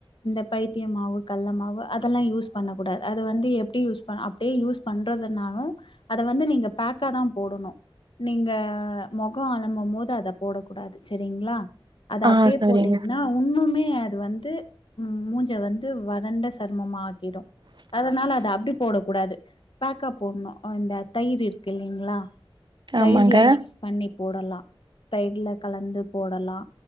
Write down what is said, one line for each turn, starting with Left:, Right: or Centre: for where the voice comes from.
Left: இந்த பைத்திய மாவு கள்ள மாவு அதெல்லா யூஸ் பண்ணக்கூடா அது வந்து எப்டி யூஸ் பண் அப்டியே யூஸ் பண்றதுனாலு அத வந்து நீங்க பக்காதா போடனு நீங்க மொகோ அலம்பும் போது அத போட கூடாது சரிங்ளா அது
Right: ஆ
Left: அப்டியே
Right: சரிங்க
Left: போட்டீங்கன்னா உன்னுமே அது வந்து மூஞ்ச வந்து வறண்ட சர்மமா ஆக்கிடு அதனால அத அப்டி போடக் கூடாது பக்கா போட்ணு இந்த தயிர் இருக்கு இல்லைங்ளா தயிர்ல
Right: ஆமாங்க
Left: மிக்ஸ் பண்ணி போடலா தைடுல கலந்து போடலா